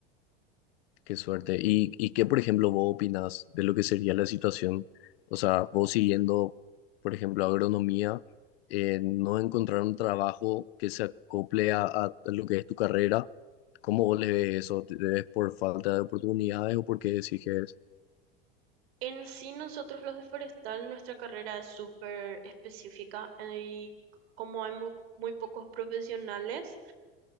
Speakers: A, on the left; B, on the right.
A: Qué suerte. ¿Y, y qué, por ejemplo, vos opinás de lo que sería la situación? O sea, vos siguiendo, por ejemplo, agronomía, eh, no encontrar un trabajo que se acople a, a lo que es tu carrera, ¿cómo vos le ves eso? ¿Te ves por falta de oportunidades o porque qué decís que es?
B: En sí, nosotros los de Forestal, nuestra carrera es súper específica eh, y como hay mu- muy, pocos profesionales,